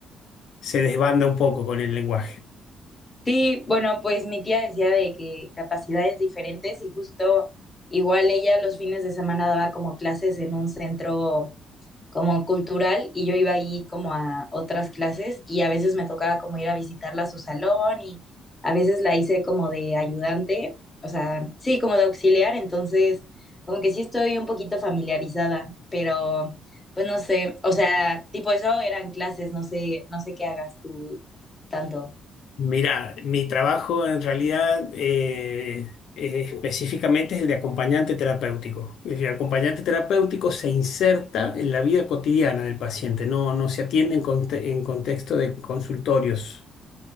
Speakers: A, on the left; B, on the left.
A: se desbanda un poco con el lenguaje.
B: <laughs> sí, bueno, pues mi tía decía de que capacidades diferentes y justo igual ella los fines de semana daba como clases en un centro como cultural y yo iba ahí como a otras clases y a veces me tocaba como ir a visitarla a su salón y a veces la hice como de ayudante, o sea, sí, como de auxiliar, entonces como que sí estoy un poquito familiarizada, pero pues no sé, o sea, tipo eso eran clases, no sé, no sé qué hagas tú tanto.
A: Mira, mi trabajo en realidad eh, eh, específicamente es el de acompañante terapéutico. El acompañante terapéutico se inserta en la vida cotidiana del paciente, no, no se atiende en, conte- en contexto de consultorios.